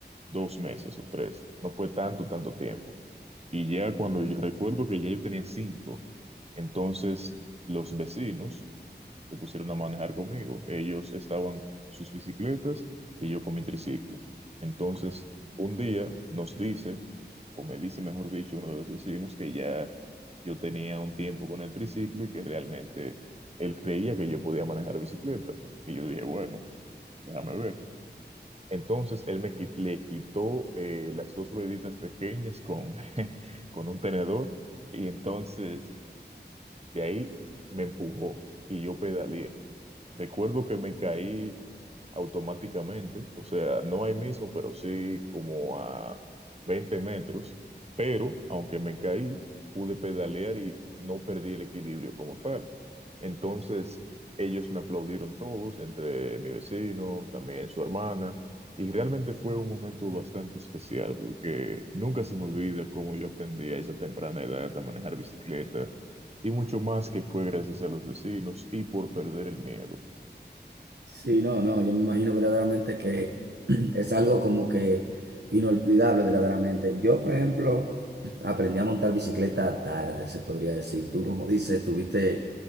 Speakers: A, on the right; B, on the right.
A: dos meses o tres. No fue tanto, tanto tiempo. Y ya cuando yo recuerdo que ya yo tenía cinco, entonces los vecinos se pusieron a manejar conmigo. Ellos estaban en sus bicicletas y yo con mi triciclo. Entonces, un día nos dice, o me dice, mejor dicho, uno de los vecinos que ya yo tenía un tiempo con el triciclo y que realmente él creía que yo podía manejar bicicleta. Y yo dije, bueno, déjame ver. Entonces, él me qui- le quitó eh, las dos rueditas pequeñas con, <laughs> con un tenedor y entonces de ahí me empujó y yo pedaleé. Recuerdo que me caí automáticamente, o sea, no ahí mismo, pero sí como a 20 metros, pero aunque me caí, pude pedalear y no perdí el equilibrio como tal. Entonces, ellos me aplaudieron todos, entre mi vecino, también su hermana, y realmente fue un momento bastante especial porque nunca se me olvida cómo yo aprendí a esa temprana edad a manejar bicicleta. Y mucho más que fue gracias a los vecinos y por perder el miedo.
B: Sí, no, no, yo me imagino verdaderamente que <clears throat> es algo como que inolvidable verdaderamente. Yo, por ejemplo, aprendí a montar bicicleta tarde, se podría decir. Tú, como dices, tuviste